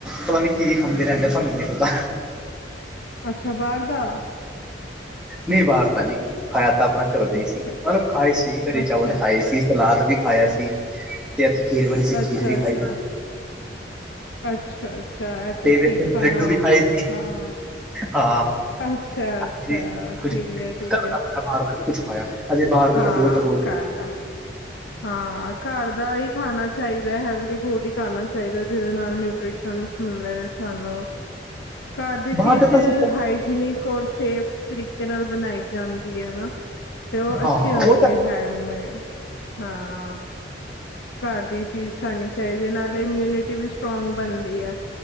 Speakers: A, in the centre; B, on the left.
A: ਪਤਾ ਨੀ ਕੀ ਕੀ ਖਾਂਦੇ ਰੈਂਦੇ ਆ ਸਾਨੂੰ ਨੀ ਪਤਾ।
B: ਅੱਛਾ ਬਾਰ ਦਾ।
A: ਨਈਂ ਬਾਰ ਦਾ ਨੀ ਖਾਇਆ ਤਾਂ ਅਪਣਾ ਘਰ ਦੇ
B: ਅੱਛਾ
A: ਈ ਸੀ, ਮਤਲਬ ਖਾਏ ਸੀ ਕੜੀ-ਚਾਵਲ
B: ਅੱਛਾ
A: ਖਾਏ ਸੀ, ਸਲਾਦ ਵੀ ਖਾਇਆ ਸੀ ਤੇ ਅੱਜ ਖੀਰ ਬਣੀ ਸੀ, ਖੀਰ
B: ਅੱਛਾ
A: ਵੀ
B: ਅੱਛਾ
A: ਖਾਈ
B: ਅੱਛਾ ਅੱਛਾ ਇਹ
A: ਤੇ ਵੇਸਣ
B: ਠੀਕ ਖਾਣਾ
A: ਦੇ ਲੱਡੂ ਵੀ
B: ਹੋ
A: ਖਾਏ
B: ਗਿਆ
A: ਸੀ
B: ਹਾਂ
A: ਹਾ।
B: ਅੱਛਾ
A: <unintelligible>
B: ਅੱਛਾ ਠੀਕ ਹੈ ਠੀਕ
A: ਘਰ
B: ਹੈ
A: ਦਾ ਖਾਇਆ ਬਾਰ ਦਾ ਨੀ ਕੁਛ ਖਾਇਆ। ਅਜੇ ਬਾਰ ਦਾ
B: ਹਾਂ
A: ਤਾਂ ਬੋਤ ਅਵੋਇਡ
B: ਘਰ ਦਾ ਹਾਂ ਘਰ ਦਾ ਹੀ ਖਾਣਾ ਚਾਈਦਾ ਹੈਲਦੀ ਫੂਡ ਈ ਖਾਣਾ ਚਾਈਦਾ ਜੀਦੇ ਨਾਲ ਨਿਊਟ੍ਰੀਸ਼ਨਸ ਮਿਲਦੇ ਨੇ ਤੁਆਨੂੰ। ਘਰ ਦੀ ਚੀਜ਼
A: ਬਾਹਰ ਦਾ ਤਾਂ ਅਸੀਂ
B: ਹਾਈਜੀਨਿਕ ਔਰ ਸੇਫ ਤਰੀਕੇ ਨਾਲ ਬਣਾਈ ਜਾਂਦੀ ਐ ਨਾ ਤੇ ਉਹ ਅੱਛੀ
A: ਹਾਂ
B: ਹੁੰਦੀ
A: ਉਹ ਤਾਂ
B: ਐ ਹੈਂਡਮੇਡ। ਹਾਂ ਘਰ ਦੀ ਚੀਜ਼ ਖਾਣੀ ਚਾਈਦੀ ਐ ਨਾਲੇ ਇਮਿਊਨਿਟੀ ਵੀ ਸਟਰੋਂਗ ਬਣਦੀ ਆ।